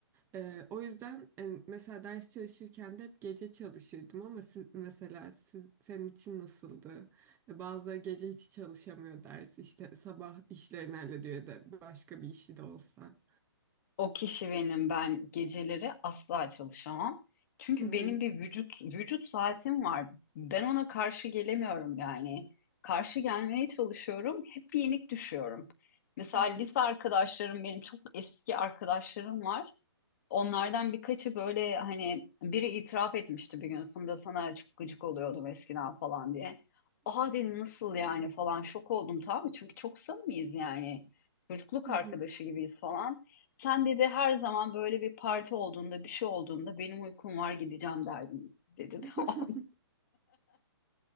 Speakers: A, on the right (about 15°); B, on the left (about 40°).
A: E, o yüzden e, mesela ders çalışırken de hep gece çalışırdım ama siz, mesela siz, senin için nasıldı? E, bazıları gece hiç çalışamıyor ders işte sabah işlerini hallediyor ya da başka bir işi de olsa.
B: O kişi benim. Ben geceleri asla çalışamam. Çünkü
A: Hı hı.
B: benim bir vücut vücut saatim var. Ben ona karşı gelemiyorum yani. Karşı gelmeye çalışıyorum. Hep yenik düşüyorum. Mesela
A: Hı
B: lise
A: hı.
B: arkadaşlarım benim çok eski arkadaşlarım var. Onlardan birkaçı böyle hani biri itiraf etmişti bir gün Funda sana çok gıcık oluyordum eskiden falan diye. Aa dedim nasıl yani falan şok oldum tabii çünkü çok samimiyiz yani. Çocukluk
A: Hı
B: arkadaşı
A: hı.
B: gibiyiz falan. Sen dedi her zaman böyle bir parti olduğunda bir şey olduğunda benim uykum var gideceğim derdin dedi
A: <laughs>
B: <laughs> tamam.